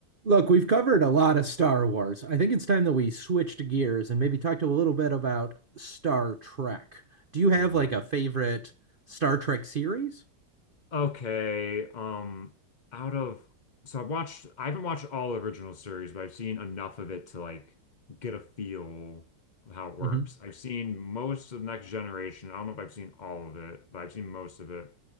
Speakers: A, on the right (about 35°); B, on the left (about 45°).
A: Look, we've covered a lot of Star Wars. I think it's time that we switched gears and maybe talked a little bit about Star Trek. Do you have
B: Yeah.
A: like a favorite Star Trek series?
B: Okay. Um, out of so I've watched I haven't watched all original series, but I've seen enough of it to like get a feel of how it works.
A: hmm
B: I've seen most of Next Generation. I don't know if I've seen all of it, but I've seen most of it.